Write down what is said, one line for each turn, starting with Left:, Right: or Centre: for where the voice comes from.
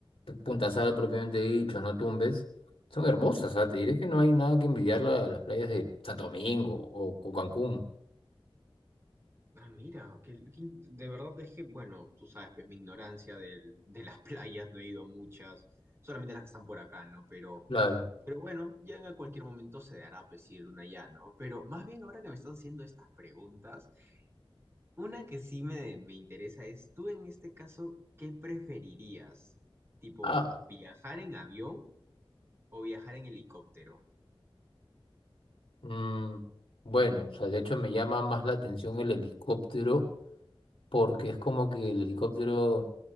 Left: Puntasal propiamente dicho, no Tumbes, son hermosas, ¿ah? Te diré que no hay nada que envidiar la- las playas de Santo Domingo o, o Cancún.
Right: Ah, mira, que de verdad es que, bueno, tú sabes, pues mi ignorancia del- de las <laughs> playas, no he ido a muchas, solamente las que están por acá, ¿no? Pero,
Left: Claro.
Right: pero bueno, ya en cualquier momento se dará, pues, si ir una ya, ¿no? Pero más bien ahora que me estás haciendo estas preguntas, una que sí me, me interesa es, tú en este caso, ¿qué preferirías? ¿Tipo
Left: Ah,
Right: viajar en avión o viajar en helicóptero?
Left: mm, bueno, o sea, de hecho me llama más la atención el helicóptero porque es como que el helicóptero